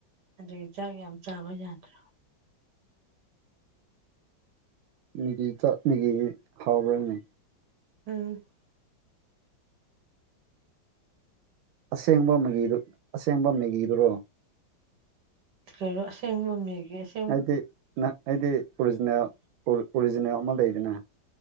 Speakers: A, on the right; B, on the right.
A: ꯑꯗꯨꯒꯤ ꯆꯥꯛ ꯌꯥꯝ ꯆꯥꯕ ꯌꯥꯗ꯭ꯔꯣ
B: ꯃꯤꯒꯤ ꯆꯥꯛ ꯃꯤꯒꯤ ꯍꯥꯎꯕ꯭ꯔꯅꯦ
A: ꯎꯝ
B: ꯑꯁꯦꯡꯕ ꯃꯦꯒꯤꯗꯨ ꯑꯁꯦꯡꯕ ꯃꯦꯒꯤꯗꯨꯔꯣ
A: ꯀꯩꯅꯣ ꯑꯁꯦꯡꯕ ꯃꯦꯒꯤꯁꯦ
B: ꯑꯩꯗꯤ ꯅ ꯑꯩꯗꯤ ꯑꯣꯔꯤꯖꯤꯅꯦꯜ ꯑꯣ ꯑꯣꯔꯤꯖꯤꯅꯦꯜ ꯑꯃ ꯂꯩꯗꯅ